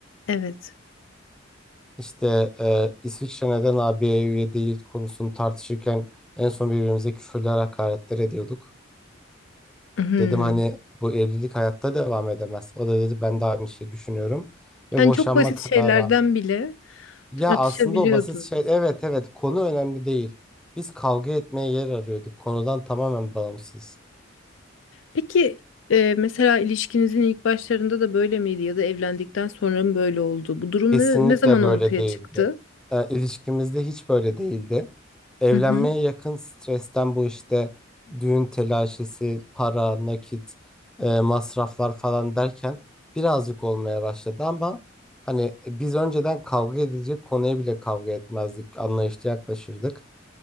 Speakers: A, on the left; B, in the centre.
A: Evet.
B: İşte e, İsviçre neden AB'ye üye değil konusunu tartışırken en son birbirimize küfürler, hakaretler ediyorduk.
A: Hmm.
B: Dedim hani bu evlilik hayatta devam edemez. O da dedi ben de aynı şeyi düşünüyorum ve
A: Yani
B: boşanma
A: çok basit
B: kararı
A: şeylerden
B: aldık.
A: bile
B: Ya
A: tartışabiliyordunuz.
B: aslında o basit şey evet evet konu önemli değil. Biz kavga etmeye yer arıyorduk konudan tamamen bağımsız.
A: Peki e, mesela ilişkinizin ilk başlarında da böyle miydi ya da evlendikten sonra mı böyle oldu? Bu durum
B: Kesinlikle
A: ne, ne zaman
B: böyle
A: ortaya
B: değildi.
A: çıktı?
B: E, ilişkimizde hiç böyle değildi. Evlenmeye
A: Hı hı.
B: yakın stresten bu işte düğün telaşesi, para, nakit, e, masraflar falan derken birazcık olmaya başladı ama hani e, biz önceden kavga edilecek konuya bile kavga etmezdik, anlayışla yaklaşırdık.